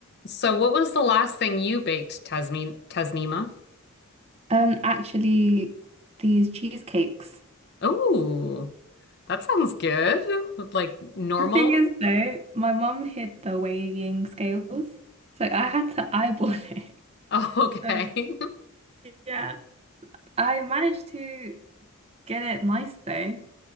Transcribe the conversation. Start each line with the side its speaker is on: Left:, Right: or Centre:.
Left: So, what was the last thing you baked, Tasmin Tasnima?
Right: Um, actually, these cheesecakes.
Left: Oh, that sounds good. With like normal.
Right: The thing is, though, my mum hid the weighing scales, so I had to eyeball <laughs> it.
Left: Oh, okay.
Right: Um, yeah. I managed to get it nice though,